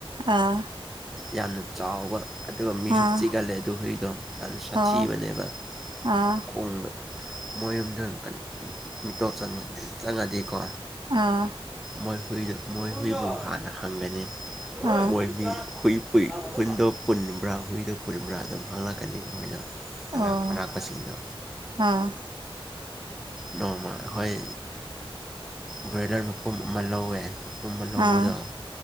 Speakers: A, on the right; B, in the centre.
A: ꯑꯥ
B: ꯌꯥꯝꯅ ꯆꯥꯎꯕ ꯑꯗꯨꯒ ꯃꯤꯁꯨ
A: ꯑꯥ
B: ꯆꯤꯛꯒꯜꯂꯦ ꯨꯍꯩꯗꯣ ꯌꯥꯝꯅ ꯁꯥꯊꯤꯕꯅꯦꯕ
A: ꯑꯣ ꯑꯥ
B: ꯈꯣꯡ ꯃꯣꯏ ꯌꯨꯝꯗ ꯀ ꯃꯤꯇꯣꯞ ꯆꯪ ꯆꯪ ꯌꯥꯗꯦꯀꯣ
A: ꯑꯥ
B: ꯃꯣꯏ ꯍꯨꯏꯗꯨ ꯃꯣꯏ ꯍꯨꯏꯗꯨ ꯍꯥꯟꯅ ꯍꯪꯒꯅꯤ
A: ꯑꯥ
B: ꯃꯣꯏ ꯍꯨꯏ ꯍꯨꯏ ꯏ ꯍꯨꯟꯗꯣ ꯄꯨꯟꯕ꯭ꯔꯥ ꯍꯨꯏꯗꯣ ꯄꯨꯟꯕ꯭ꯔꯥ ꯑꯗꯨꯝ ꯍꯥꯡꯪꯂꯛꯀꯅꯤ ꯃꯣꯏꯅ ꯁꯂꯥꯛ
A: ꯑꯣ
B: ꯃꯅꯥ ꯃꯁꯤꯡꯗꯨ
A: ꯑꯥ
B: ꯅꯣꯡꯃ ꯑꯩꯈꯣꯏ ꯕ꯭ꯔꯣꯏꯂꯔ ꯃꯄꯨꯝ ꯑꯃ ꯂꯧꯋꯦ ꯃꯄꯨꯝꯕ ꯂꯧꯕꯗꯣ
A: ꯑꯥ